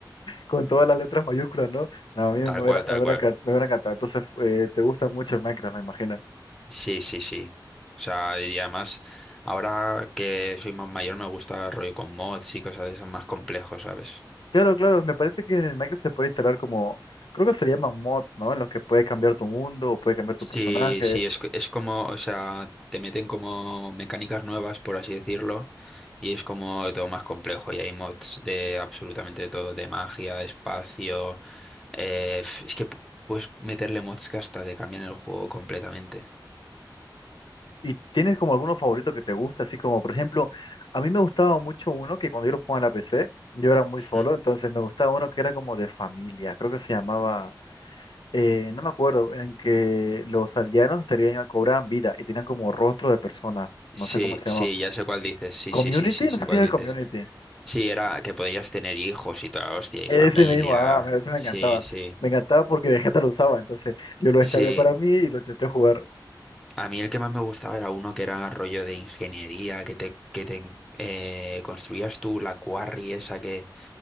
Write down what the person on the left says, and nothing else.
Con todas las letras mayúsculas, ¿no? No, a mí me
hubiera,
me hubiera
encan- me hubiera encantado. Entonces, eh, te gusta mucho Minecraft, me imagino.
Claro, claro, me parece que en Minecraft se puede instalar como, creo que se llaman mods, ¿no? En los que puedes cambiar tu mundo o puedes cambiar tu
personaje.
¿Y tienes como alguno favorito que te gusta? Así como, por ejemplo, a mí me gustaba mucho uno que cuando yo lo jugaba en la PC, yo era muy solo,
entonces me gustaba uno que era como de familia, creo que se llamaba... eh, no me acuerdo, en que los aldeanos tenían, cobraban vida y tenían como rostro de personas,
no sé cómo se
llamaba.
¿Community?
No sé si
era
el Community.
Ese
mismo, ah, me- ese me
encantaba.
Me encantaba porque de gente lo usaba, entonces yo lo descargué
para mí y lo intenté jugar.